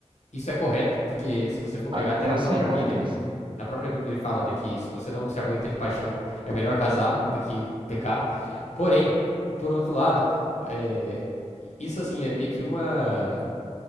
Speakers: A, on the left (about 80°); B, on the right (about 45°).
A: Isso é correto, porque se você for pegar
B: Ah,
A: até
B: não,
A: na própria
B: sim, é correto,
A: Bíblia,
B: mas.
A: na própria Bíblia ele fala né, que se você não se aguenta de paixão, é melhor casar do que pecar. Porém, por outro lado, é, isso assim é meio que uma